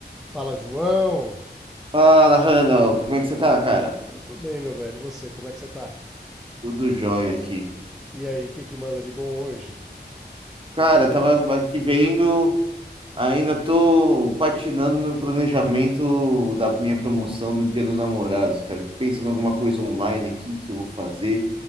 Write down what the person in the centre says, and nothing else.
Fala, João!
Eu tô bem, meu velho. E você, como é que você tá?
E aí, o que que manda de bom hoje?